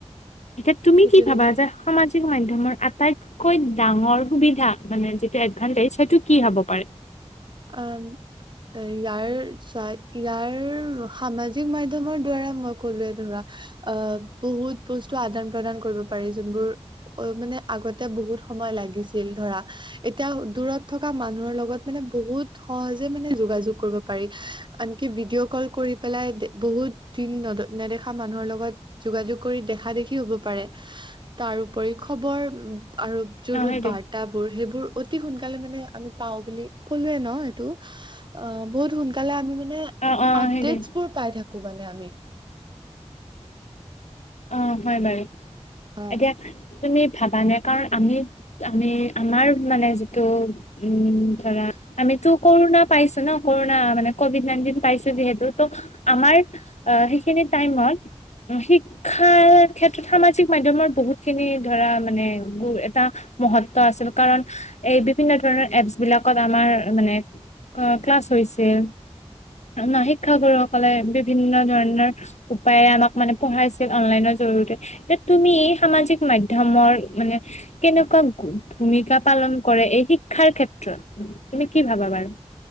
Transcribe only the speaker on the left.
এতিয়া তুমি
কি ভাবা
যে সামাজিক মাধ্যয়মৰ আটাইতকৈ ডাঙৰ সুবিধা মানে যিটো এডভাতাইজ সেইটো কি হ'ব পাৰে
অ' সেইটোৱে।
অ', অ'
সেইটোৱে
অ হয় বাৰু
এতিয়া তুমি ভাবা নে কাৰণ আমি আমি আমাৰ মানে যিটো উম ধৰা আমিতো ক'ৰোণা পাইছো ন ক'ৰোণা মানে কভিড নাইনটিন পাইছো যিহেতু ত আমাৰ আহ সেইখিনি টাইমত শি ক্ষাৰ ক্ষেত্ৰত সামাজিক মাধ্যয়মৰ বহুত খিনি ধৰা মানে গু এটা মহত্ব আছিল কাৰণ এই বিভিন্ন ধৰণৰ এপচ বিলাকত আমাৰ মানে অ ক্লাছ হৈছিল আমা শিক্ষাগুৰুসকলে বিভিন্ন ধৰণৰ উপায়ে আমাক মানে পঢ়াইছি ছিল অনলাইনৰ জৰিয়তে এতিয়া তুমি সামাজিক মাধ্যয়মৰ মানে কেনেকুৱা ভূমিকা পালন কৰে এই শিক্ষাৰ ক্ষেত্ৰত তুমি কি ভাবা বাৰু?